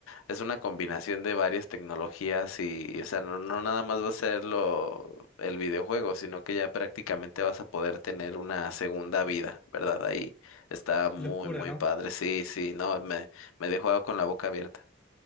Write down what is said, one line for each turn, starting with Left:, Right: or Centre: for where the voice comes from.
Left: es una combinación de varias tecnologías y, o sea, no, no nada más va a ser lo, el videojuego, sino que ya prácticamente vas a poder tener una segunda vida, ¿verdad? Ahí está muy,
Centre: Qué locura,
Left: muy
Centre: ¿no?
Left: padre, sí, sí, no, me, me dejó con la boca abierta,